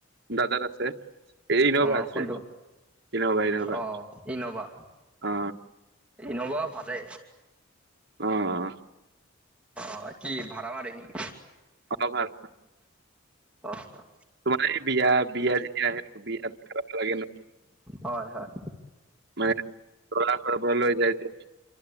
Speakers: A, on the right; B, in the centre.
A: দাদাৰ আছে। এই ইন'ভা
B: অ',
A: আছে
B: কোনটো?
A: ইন'ভা ইন'ভা
B: অ', ইন'ভা
A: অ।
B: ইন'ভা ভালে।
A: উম।
B: অ কি ভাড়া মাৰে নেকি?
A: অ ত ভাল
B: অ অ।
A: তোমাৰ এই বিয়া বিয়া যেতিয়া আহে নিকি বিয়া ভাৰাত লাগে ন।
B: হয় হয়।
A: মানে দৰাৰ ঘৰৰ পৰা লৈ যায় যে।